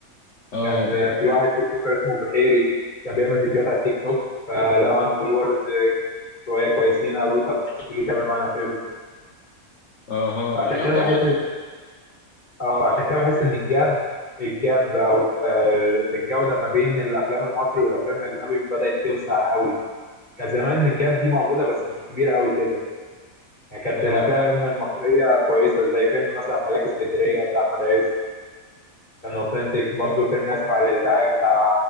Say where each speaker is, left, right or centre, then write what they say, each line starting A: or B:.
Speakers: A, on the left; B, on the left.
A: اه
B: كان آه، في واحد تيك توكر اسمه بحيري كان بيعمل فيديوهات على التيك توك فلو عنده فولورز شوية كويسين قالوا طب تيجي تعمل معانا فيلم
A: اه
B: فعشان
A: يعتبر
B: كده بحس
A: ك-
B: اه عشان كده بحس ان الجاب الجاب او الف- آه، في الجوده ما بين الافلام المصري والافلام الاجنبي بدات توسع قوي كان زمان الجاب دي موجوده بس مش كبيره قوي كده يعني كانت
A: اه
B: الافلام المصريه كويسه زي فيلم مثلا ملاك اسكندريه بتاع احمد عز كان اوثنتيك برضه فيلم اسف على الازعاج بتاع